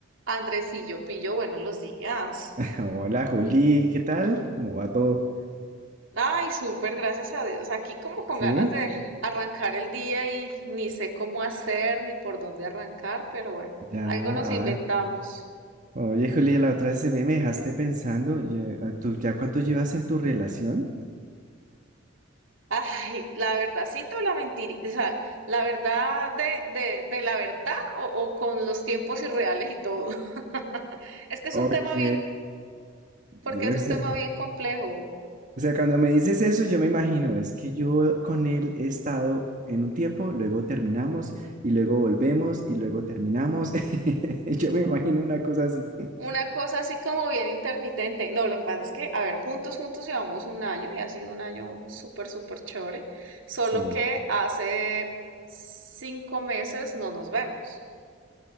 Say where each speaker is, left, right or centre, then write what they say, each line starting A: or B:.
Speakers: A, on the right; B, on the right.
A: Andresillo, pillo, buenos los días.
B: Hola Juli, ¿qué tal? ¿Cómo va todo?
A: Ay, súper, gracias a Dios. Aquí como con
B: ¿Sí?
A: ganas de arrancar el día y ni sé cómo hacer ni por dónde arrancar, pero bueno,
B: Ya,
A: algo nos
B: ah,
A: inventamos.
B: oye Juli, la otra vez se me me dejaste pensando, ya- ah, ¿tú ya cuánto llevas en tu relación?
A: Ay, la verdadcita o la mentirita, o sea, la verdad de, de, de la verdad o, o con los tiempos irreales y todo. <laughs> Es que es
B: Ok,
A: un tema bien, porque
B: o
A: es un
B: sea,
A: tema bien complejo.
B: o sea, cuando me dices eso yo me imagino, es que yo con él he estado en un tiempo, luego terminamos y luego volvemos y luego terminamos. <laughs> Yo me imagino una cosa así.
A: Una cosa así como bien intermitente. No, lo que pasa es que, a ver, juntos, juntos llevamos un año y ha sido un año súper, súper chévere. Solo
B: Sí.
A: que hace cinco meses no nos vemos.